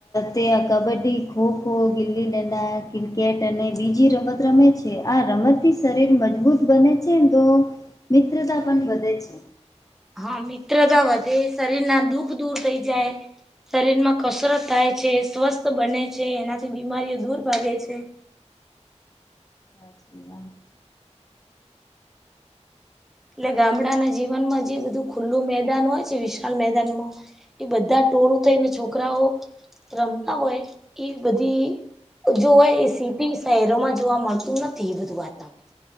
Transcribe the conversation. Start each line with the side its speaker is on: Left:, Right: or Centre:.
Left: તે્યા કબડ્ડી, ખોખો, ગીલીના, ક્રિકેટ અને બીજી રમત રમે છે. આ રમત થી શરીર મજબૂત બને છે તો મિત્રતા પણ વધે છે.
Centre: હા મિત્રતા વધે શરીર ના દુઃખ દૂર થઈ જાય શરીરમાં કસરત થાય છે, સ્વસ્થ બને છે, એનાથી બીમારીઓ દૂર ભાગે છે.
Left: સાચી વાત
Centre: એટલે ગામડાના જીવનમાં જે બધું ખુલ્લું મેદાન હોય છે, વિશાાલ મેદાનમા એ બધા ટોળું થઈને છોકરાઓ રમતા હોય એ બધી. જોવાય એ સીટી શહેરોમાં જોવા મળતું નથી એ બધું વાતાવરણ